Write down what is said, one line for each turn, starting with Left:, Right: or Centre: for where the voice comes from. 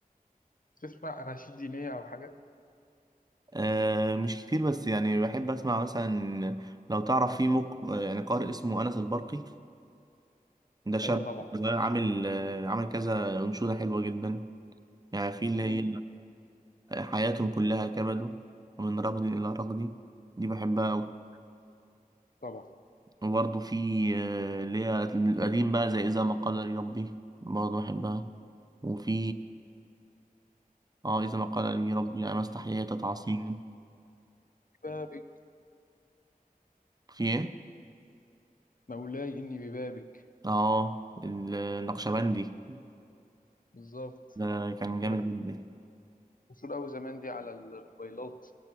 Left: بتسمع اناشيد دينيه او حاجه
Right: آه مش كتير بس يعني بحب اسمع مثلا لو تعرف في مق... يعني قارئ اسمه انس البرقي ده شاب
Left: ايوه طبعا
Right: صغير عامل آه عامل كذا انشوده حلوه جدا يعني في اللي هي
Left: امم
Right: حياتهم كلها كبد ومن رغد الى رغد دي بحبها أوي
Left: طبعا
Right: وبرضه في آه اللي هي القديم بقى زي اذا ما قدر ربي برضه بحبها وفي اه آه، اذا ما قدر ربي يعني ما استحييت تعصيني
Left: بابك
Right: في ايه
Left: مولاي إني ببابك
Right: اه النقشبندي
Left: بالظبط
Right: ده كان جامد
Left: كانت
Right: جدا
Left: مشهورة أوي زمان دي على الموبايلات